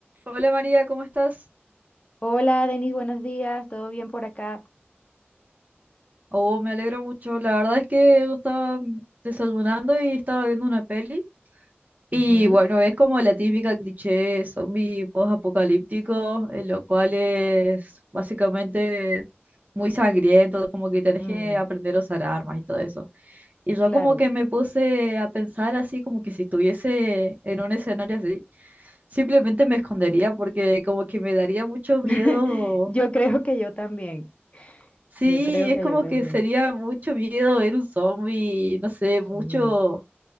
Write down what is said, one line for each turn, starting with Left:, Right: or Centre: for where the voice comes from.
Right: Hola María, ¿cómo estás?
Left: Hola, Denis, buenos días, ¿todo bien por acá?
Right: Oh, me alegro mucho. La verdad es que yo estaba desayunando y estaba viendo una peli. Y
Left: Ujú,
Right: bueno, es como la típica cliché zombie post-apocalíptico, en lo cual es básicamente muy sangriento, como que tenés
Left: mm,
Right: que aprender a usar armas y todo eso. Y yo
Left: claro.
Right: como que me puse a pensar así, como que si estuviese en un escenario así, simplemente me escondería porque como que me daría mucho
Left: <laughs>
Right: miedo
Left: Yo creo que yo también,
Right: Sí,
Left: yo creo
Right: es
Left: que
Right: como
Left: yo también.
Right: que sería mucho miedo ver un zombie, no sé, mucho,
Left: Mm.